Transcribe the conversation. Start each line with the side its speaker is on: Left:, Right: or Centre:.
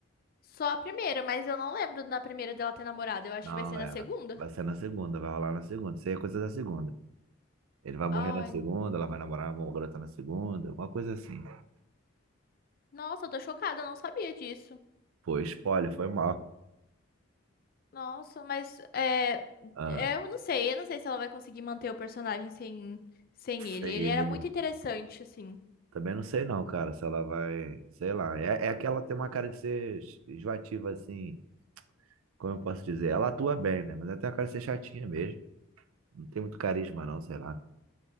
Left: Só a primeira, mas eu não lembro na primeira dela ter namorado. Eu acho
Right: Não,
Left: que vai ser
Right: é.
Left: na segunda.
Right: Vai ser na segunda, vai rolar na segunda. Isso aí é coisa da segunda. Ele vai morrer
Left: Ai,
Right: na segunda, ela vai namorar uma garota na segunda, alguma coisa assim.
Left: nossa, eu tô chocada, eu não sabia disso.
Right: Pô, spoiler, foi mal.
Left: Nossa, mas é,
Right: Ah,
Left: é, eu não sei, eu não sei se ela vai conseguir manter o personagem sem, sem ele.
Right: sei
Left: Ele
Right: ele.
Left: era muito interessante, assim.
Right: Também não sei não, cara, se ela vai, sei lá. É, é que ela tem uma cara de ser enjoativa, assim, como eu posso dizer. Ela atua bem, né? Mas ela tem uma cara de ser chatinha mesmo. Não tem muito carisma não, sei lá.